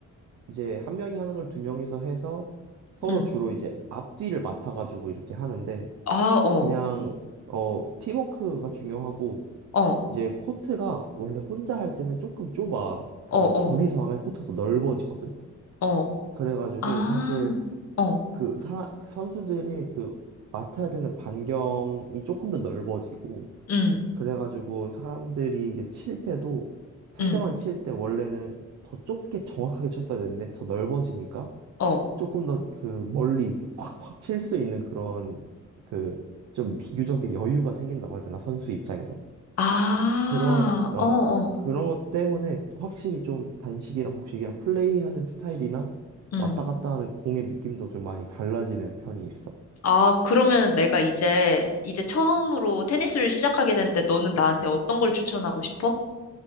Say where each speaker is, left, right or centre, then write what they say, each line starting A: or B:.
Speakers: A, on the right; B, on the left.
A: 이제 한 명이 하는 걸 두 명이서 해서 서로
B: 응.
A: 주로 이제 앞뒤를 맡아가지고 이렇게 하는데
B: 아, 어,
A: 그냥 어, 팀워크가 중요하고
B: 어,
A: 이제 코트가 원래 혼자 할 때는 조금 좁아. 근데
B: 어, 어,
A: 둘이서 하면 코트가 더 넓어지거든.
B: 어.
A: 그래가지고
B: 아,
A: 사실 어,
B: 어,
A: 그 사, 선수들이 그 맡아야 되는 반경이 조금 더 넓어지고
B: 응,
A: 그래가지고 사람들이 이제 칠 때도 상대방이
B: 응,
A: 칠 때 원래는 더 좁게 정확하게 쳤어야 되는데 더 넓어지니까
B: 어.
A: 조금 더 그 멀리 이렇게 팍팍 칠 수 있는 그런 그 좀 비교적인 여유가 생긴다고 해야 되나 선수 입장에서
B: 아,
A: 그런 어
B: 어, 어.
A: 그런 것 때문에 확실히 좀 단식이랑 복식이랑 플레이하는 스타일이나
B: 응.
A: 왔다 갔다 하는 공의 느낌도 좀 많이 달라지는 편이 있어.
B: 아, 그러면 내가 이제, 이제 처음으로 테니스를 시작하게 되는데 너는 나한테 어떤 걸 추천하고 싶어?